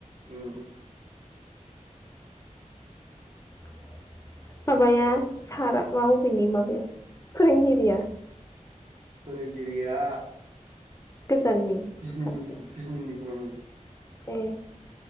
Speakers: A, on the right; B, on the left.
A: उम
B: <inaudible> माया साराबाव बिनि माबे फोरोंगिरिया
A: फोरोंगिरिया
B: गोजाननि
A: बिजनिनि
B: खाथिनि
A: बिजनिनि। <unintelligible>
B: ए